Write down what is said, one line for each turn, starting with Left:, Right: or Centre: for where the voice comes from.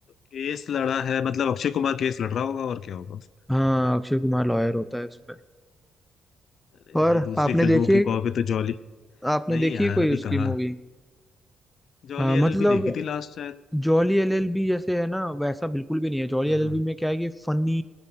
Left: केस लड़ा है मतलब अक्षय कुमार केस लड़ रहा होगा और क्या होगा उसमें।
Centre: हाँ अक्षय कुमार लॉयर होता है इसमें
Left: अरे
Centre: और
Left: भाई दूसरी
Centre: आपने
Left: फिल्मों
Centre: देखी है
Left: की कॉपी तो जॉली
Centre: आपने
Left: नहीं
Centre: देखी
Left: यार
Centre: है कोई
Left: अभी
Centre: उसकी
Left: कहाँ
Centre: मूवी
Left: जॉली
Centre: हाँ मतलब
Left: एलएलबी देखी थी लास्ट शायद
Centre: जॉली एलएलबी जैसे है ना वैसा बिल्कुल भी नहीं है जॉली
Left: हाँ
Centre: एलएलबी
Left: हाँ
Centre: में क्या है कि फनी